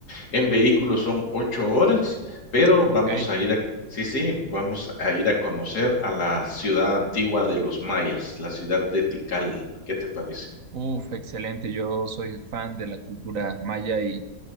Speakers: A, on the left (about 85°); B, on the right (about 60°).
A: en vehículo son ocho horas, pero
B: Ok.
A: vamos a ir a, sí, sí, vamos a ir a conocer a la ciudad antigua de los mayas, la ciudad de Tikal. ¿Qué te parece?
B: Uf, excelente. Yo soy fan de la cultura maya y